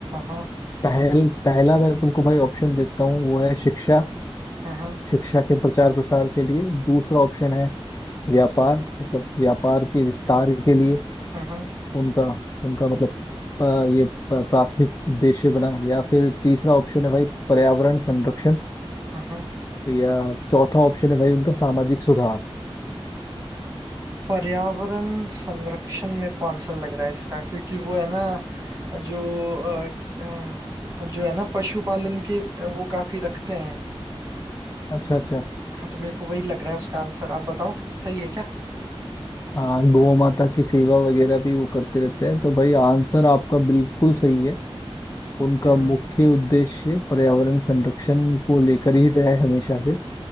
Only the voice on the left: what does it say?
पहल पहला मैं तुमको भाई ऑप्शन देता हूँ वो है शिक्षा
शिक्षा के प्रचार प्रसार के लिए दूसरा ऑप्शन है व्यापार मतलब व्यापार के विस्तार के लिए
उनका उनका मतलब अ, ये प- प्राथमिक उद्देश्य बना या फिर तीसरा ऑप्शन है भाई पर्यावरण संरक्षण
या चौथा ऑप्शन है भाई उनका सामाजिक सुधार
अच्छा अच्छा
हाँ गौ माता की सेवा वगैरह भी वो करते रहते हैं तो भाई आंसर आपका बिल्कुल सही है उनका
मुख्य उद्देश्य पर्यावरण संरक्षण को लेकर ही रहा है हमेशा से